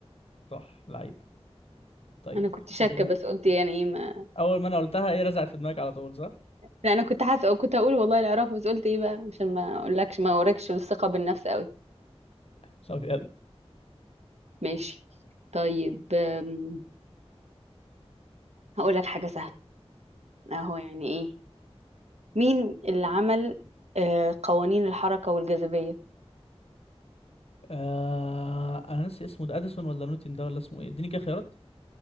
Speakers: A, on the left; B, on the right.
A: صح لعيب طيب
B: انا كنت شاكه
A: دي-
B: بس قلت يعني ايه ما
A: اول ما انا قلتها ايه رزعت في دماغك على طول صح
B: لا انا كنت حاسه كنت اقول والله العراق بس قلت ايه بقى عشان ما اقولكش ما اوريكش الثقه بالنفس قوي
A: طب يلا
B: ماشي طيب أم، هقول لك حاجه سهله اهو يعني ايه مين اللي عمل آه، قوانين الحركه والجاذبيه
A: آه انا ناسي اسمه ده اديسون ولا نيوتن ده ولا اسمه ايه اديني كده خيارات